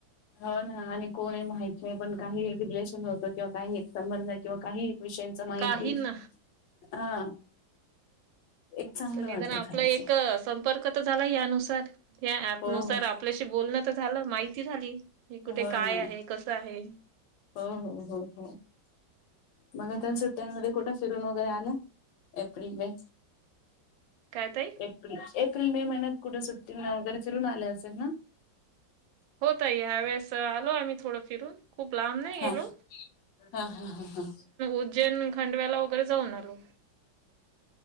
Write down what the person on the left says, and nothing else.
हो ना आणि कोण माहित नाही पण काही रिलेशन होतं किंवा काही हित संबंध किंवा काही विषयांच माहिती
हा एक चांगलं
वाटलं
खरंच.
हो,
हो.
हो
ना.
हो हो हो हो मग
आता सुट्या मध्ये मध्ये कुठं फिरून वगैरे आला एप्रिल मे
एप्रिल एप्रिल मे महिन्यात कुठे सुट्टीने वगैरे फिरून आले असेल ना?
हा हा हा हा हा.